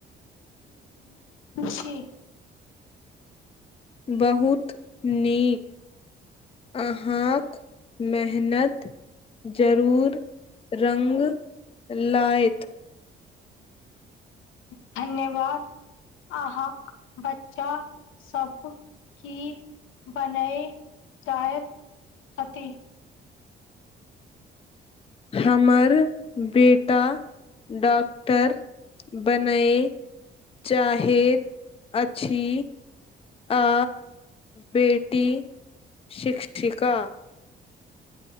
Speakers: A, on the left (about 85°); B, on the left (about 30°).
A: छी
B: बहुत नीक अहाँक मेहनत जरूर रङ्ग लत।
A: धन्यवाद अहाँक बच्चा सब की बनय चाहैत छथि।
B: हमर बेटा डॉक्टर बनय चाहैत अछि आ बेटी शिक्षिका